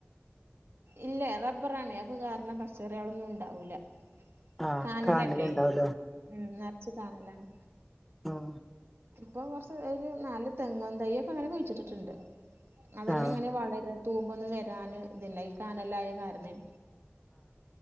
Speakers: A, on the right; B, in the centre.
A: ഇല്ല റബ്ബറാാണ് അപ്പ കാരണം പച്ചറികളൊന്നും ഉണ്ടാവൂില്ല
B: ആഹ്
A: കാനലല്ലേ
B: കാനല് ഇണ്ടാവല്ലോ
A: ഉം നിറച്ച് കാനലാണ്
B: ആഹ
A: ഇപ്പൊ കുറച്ച് ഒരു നാല് തെങ്ങൻ തൈ ഒക്കെ ഇങ്ങനെ കുഴിച്ചിട്ടിട്ടുണ്ട് അതന്നെ
B: ആഹ്
A: ഇങ്ങനെ വളര തൂ്പൊന്നും വരാന് ഇതില്ല ഈ കാനല്ലായ കാരണം